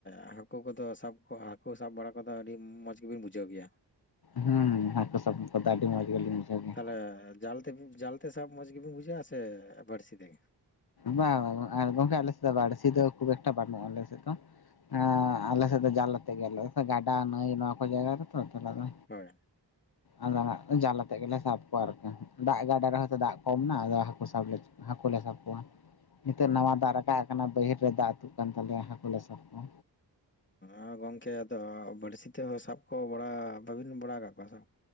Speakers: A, on the left; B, on the left.
A: ᱦᱟᱠ ᱦᱟᱹᱠᱩ ᱠᱚᱫᱚ ᱥᱟᱵ ᱠᱚᱜ ᱟ ᱦᱟᱹᱠᱩ ᱥᱟᱵ ᱵᱟᱲᱟ ᱠᱚᱫᱚ ᱟᱹᱰᱤ ᱢᱚᱸᱡᱽ ᱜᱮᱵᱤᱱ ᱵᱩᱡᱷᱟᱹᱣ ᱜᱮᱭᱟᱹ᱾
B: ᱦᱩᱸ ᱦᱟᱹᱠᱩ ᱥᱟᱵ <unintelligible> ᱞᱤᱧ ᱵᱩᱡᱷᱟᱹᱣ ᱜᱮᱭᱟ‌
A: <unintelligible> ᱡᱟᱞ ᱛᱳᱜᱳ ᱡᱟᱞ ᱛᱮ ᱵᱤᱱ ᱡᱟᱞᱛᱮ ᱥᱟᱵ ᱢᱚᱸᱡᱽ ᱜᱮᱵᱤᱱ ᱥᱮ ᱵᱟᱹᱲᱥᱤ ᱛᱮᱜᱮ
B: ᱵᱟᱝ ᱵᱟᱝ ᱜᱚᱝᱠᱮ ᱟᱞᱮ ᱥᱮᱫ ᱫᱚ ᱵᱟᱹᱲᱥᱤ ᱫᱚ ᱠᱷᱩᱵ ᱮᱠᱴᱟ ᱵᱟᱹᱱᱩᱜᱼᱟ ᱟᱞᱮ ᱥᱮᱫ ᱫᱚ ᱟᱸ ᱟᱞᱮ ᱡᱟᱞ ᱟᱛᱮ ᱜᱮᱞᱮ ᱜᱟᱰᱟ ᱱᱟᱹᱭ ᱱᱚᱣᱟ ᱠᱚ ᱡᱟᱭᱜᱟ ᱨᱮ ᱛᱚ ᱛᱟᱦᱚᱞᱮ ᱟᱫᱚ
A: ᱦᱳᱭ
B: ᱟᱞᱮ ᱦᱟᱸᱜ ᱡᱟᱞ ᱟᱛᱮ ᱜᱮᱞᱮ ᱥᱟᱵ ᱠᱚᱣᱟ ᱟᱨᱠᱤ ᱫᱟᱜ ᱜᱟᱰᱟ ᱨᱮ ᱦᱚᱭᱛᱚ ᱫᱟᱜ ᱠᱚᱢ ᱱᱟ ᱟᱫᱚ ᱦᱟᱹᱠᱩ ᱥᱟᱵ ᱞᱮ ᱦᱟᱹᱠᱩ ᱞᱮ ᱥᱟᱵ ᱠᱚᱣᱟ ᱱᱤᱛᱚᱜ
A: ᱚ
B: ᱱᱟᱣᱟ ᱫᱟᱜ ᱨᱟᱠᱟᱵ ᱟᱠᱟᱱᱟ ᱵᱟᱹᱭᱦᱟᱹᱲ ᱨᱮ ᱫᱟᱜ ᱟᱛᱩᱜ ᱠᱟᱱ ᱛᱟᱞᱮᱭᱟ ᱦᱟᱹᱠᱩ ᱞᱮ ᱥᱟᱵ ᱠᱚᱣᱟ
A: ᱟ ᱜᱚᱢᱠᱮ ᱟᱫᱚ ᱵᱟᱹᱲᱥᱤ ᱛᱮᱦᱚᱸ ᱥᱟᱵ ᱠᱚ ᱵᱟᱲᱟ ᱵᱟᱹᱵᱤᱱ ᱵᱟᱲᱟ ᱠᱟᱜ ᱠᱚᱣᱟ